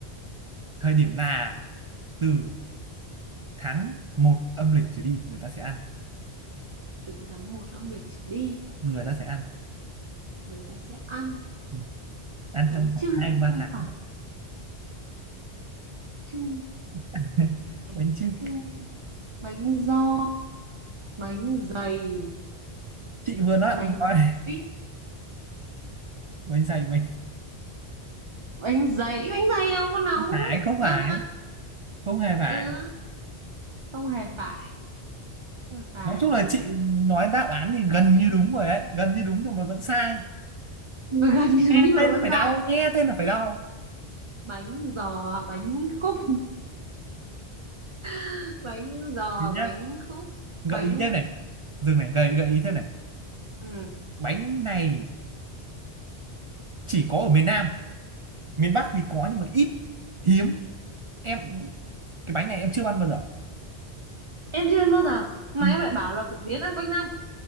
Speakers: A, on the right; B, on the right.
A: thời điểm là từ tháng một âm lịch trở đi người ta sẽ ăn
B: từ tháng 1 âm lịch trở đi
A: người ta sẽ ăn
B: người ta sẽ ăn
A: ừ. ăn
B: bánh
A: trong khoảng
B: chưng
A: hai
B: thì
A: ba
B: không
A: tháng
B: phải chưng
A: <laughs>
B: bánh
A: bánh chứ
B: chưng bánh giò bánh dày
A: chị vừa nói
B: bánh
A: <laughs> nói
B: ấy,
A: bánh dày bánh
B: bánh giấy bánh dày đâu có nóng
A: không phải không
B: đâu
A: phải
B: có ăn
A: không hề phải
B: ừ, không hề phải không hề phải
A: nói chung là chị nói đáp án thì gần
B: bánh
A: như đúng rồi đấy gần như đúng nhưng mà vẫn sai
B: gần như
A: nghe
B: đúng như
A: tên
B: là con
A: nó phải
B: dai
A: đau
B: bánh
A: nghe tên là phải đau
B: bánh giò bánh khúc <laughs> bánh giò
A: thế nhá
B: bánh khúc
A: gợi
B: bánh
A: ý thêm này dừng này gợi gợi ý thêm này
B: ừ.
A: bánh này chỉ có ở miền Nam miền Bắc thì có nhưng mà ít hiếm em cái bánh này em chưa ăn bao giờ
B: em chưa ăn bao giờ mà
A: ừ,
B: em lại bảo là phổ biến ăn quanh năm